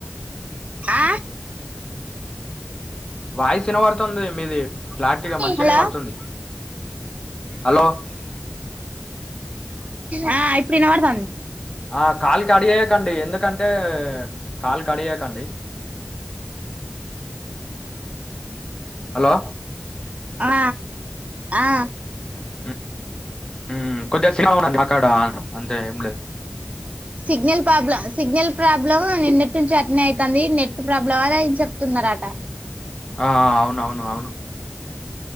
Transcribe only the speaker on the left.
వాయిస్ వినబడుతుంది మీది క్లారిటీగా మంచిగానే
వినబడుతుంది హలో
ఆ కాల్ కడ్ చేయకండి ఎందుకంటే కాల్ కడ్ చేయకండి హలో
ఉ ఉ కొద్దిగ సిగ్నల్ ఉన్నది మకడ ఏం లే
ఆ అవునవును అవును